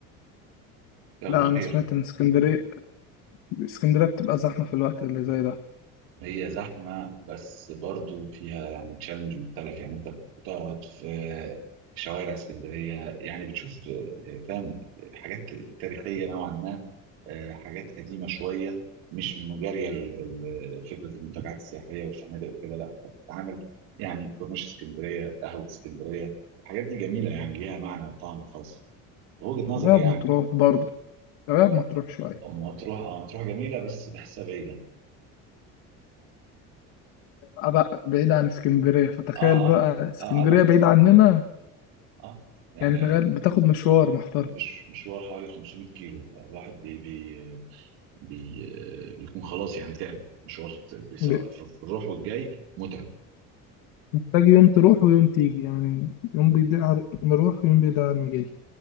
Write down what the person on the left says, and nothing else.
لا
أنا سمعت إن اسكندرية اسكندرية بتبقى زحمة في الوقت اللي زي ده
شباب
مطروح برضه شباب مطروح شوية
أبقى بعيد عن اسكندرية فتخيل
بقى
اسكندرية
بعيد عننا
يعني تخيل بتاخد مشوار محترم
ل-
محتاج يوم تروح ويوم تيجي يعني يوم بيضيع على المروح ويوم بيضيع على المجاي